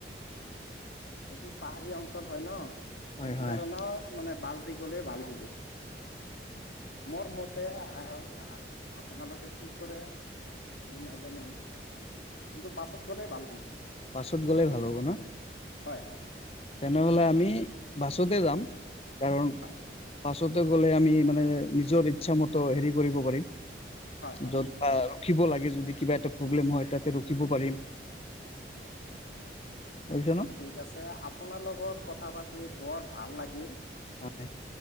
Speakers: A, on the left (about 80°); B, on the left (about 35°).
A: এইটো পাহাৰী অঞ্চল হয় ন'
B: হয়
A: সেইটো
B: হয়
A: কাৰণত মানে বাছ দি গলেই ভাল হ'ব। মোৰ মতে আ-আপোনালোকে কি কৰে মই নাজানো- কিন্তু বাছত গ'লেই ভাল হ'ব।
B: বাছত গ'লে ভাল হ'ব ন।
A: হয় হয়।
B: তেনে হ'লে আমি বাছতে যাম। কাৰণ
A: হয় হয়।
B: বাছতে গ'লে আমি মানে নিজৰ ইচ্ছা মতে হেৰি কৰিব পাৰিম।
A: হয় হয়
B: যত
A: হয়
B: বা ৰখিব লাগে যদি কিবা এটা প্ৰব্লেম হয় তাতে ৰখিব পাৰিম। কৰিছ ন?
A: ঠিক আছে, আপোনাৰ লগত কথা পাতি বৰ ভাল লাগিল।
B: হয়